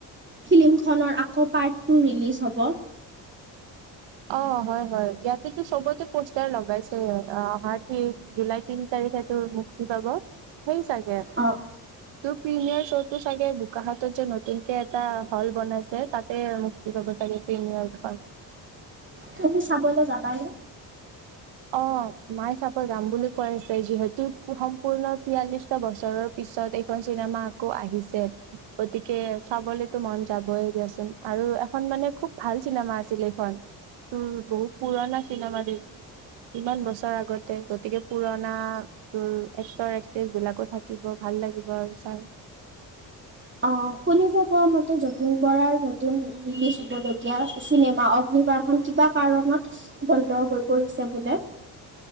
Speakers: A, on the right; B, on the right.
A: ফিল্মখনৰ আকৌ পাৰ্ট টু ৰিলিজ হ'ব
B: অ'হয়, হয় ইয়াতেতো চবতে পোষ্টাৰ লগাইছে অ'অহা ত্ৰিছ জুলাইত তিনি তাৰিখে তোৰ মুক্তি পাব সেই চাগে
A: অ',
B: তোৰ প্ৰিমিয়াৰ চটো চাগে বোকাখাতত যে নতুনকে এটা হল বনাইছে তাত তে মুক্তি পাব চাগে প্ৰিমিয়াৰ খন।
A: তুমি চাবলৈ যাবানে?
B: অ'মাই চাব যাম বুলি কৈ আছে যিহেতু সম্পূৰ্ণ তিয়াল্লিছটা বছৰৰ পিছত এইখন চিনেমা আকৌ আহিছে গতিকে চাবলেতো মন যাবই দিয়াচোন আৰু এখন মানে খুব ভাল চিনেমা আছিল এইখন তোৰ বহুত পুৰণা চিনেমা দে ইমান বছৰ আগতে গতিকে পুৰণা উম, এক্টৰ, এক্ট্ৰেছ বিলাকো থাকিব ভাল লাগিব আৰু চাই।
A: অ'শুনিব পৰা মতে যতিন বৰাৰ নতুন ৰিলিজ হ'বলগীয়া চিনেমা অগ্নিবান খন কিবা কাৰণত বন্ধ হৈ পৰিছে বোলে